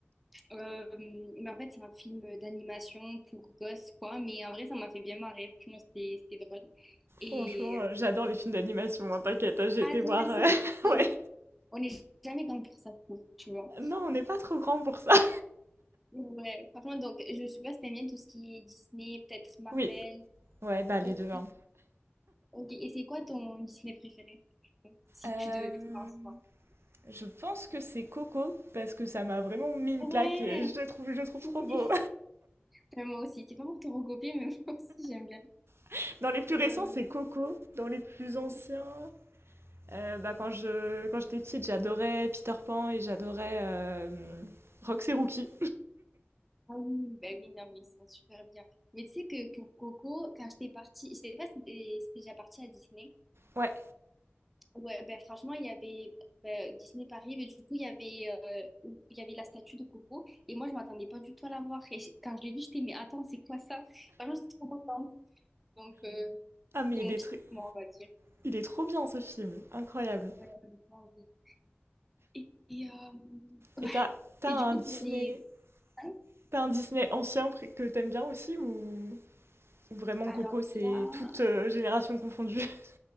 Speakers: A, in the centre; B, on the right.
A: Euh, mais en fait, c'est un film d'animation pour gosses, quoi. Mais en vrai, ça m'a fait bien marrer. Franchement, c'était c'était drôle. Et
B: Franchement, euh,
A: euh,
B: j'adore les films d'animation. hein, T'inquiète, hein, j'ai
A: ah,
B: été
A: toi
B: voir.
A: aussi?
B: euh, <laughs>
A: Oui.
B: ouais.
A: On n'est jamais dans pour ça, je trouve, tu vois.
B: Non, on n'est pas trop grand pour ça. <laughs>
A: Ouais, franchement, donc, je sais pas si t'aimes bien tout ce qui est Disney, peut-être Marvel.
B: Oui. Ouais, bah les
A: Ok.
B: deux. hein.
A: Ok, et c'est quoi ton Disney préféré? Si
B: Euh,
A: tu devais faire un choix.
B: je pense que c'est Coco parce que ça m'a vraiment mis une
A: Ouais,
B: claque et je le trouve, je le trouve
A: <laughs>
B: trop
A: oui.
B: beau.
A: Euh, Moi aussi, c'est pas pour te recopier, mais <laughs> moi aussi j'aime bien.
B: <laughs> Dans les plus récents,
A: Ouais, ouais,
B: c'est Coco. Dans les plus anciens,
A: ouais.
B: Euh, bah, quand je quand j'étais petite, j'adorais Peter Pan et j'adorais euh, Roxy Rookie.
A: Ah oui, bah oui, non, mais ils sont super bien. Mais tu sais que pour Coco, quand j'étais partie, je sais pas si t'es si t'es déjà partie à Disney,
B: Ouais.
A: Ouais, ben franchement, il y avait ben, Disney Paris, mais du coup, il y avait, euh, il y avait la statue de Coco. Et moi, je m'attendais pas du tout à la voir. Et <laughs> j- quand je l'ai vue, j'étais, mais attends, c'est quoi ça? Franchement, j'étais trop contente. Donc, euh,
B: Ah mais
A: c'est mon
B: il est
A: petit
B: tr-
A: moment, on va dire.
B: il est trop bien ce film, incroyable.
A: Ouais, honnêtement, oui. Et, et, euh,
B: Et
A: ouais.
B: t'as t'as
A: Et du coup,
B: un Disney
A: pour les. hein
B: t'as un Disney ancien pr- que t'aimes bien aussi ou, ou vraiment
A: Alors
B: Coco c'est
A: là,
B: toute euh, génération confondue. <laughs>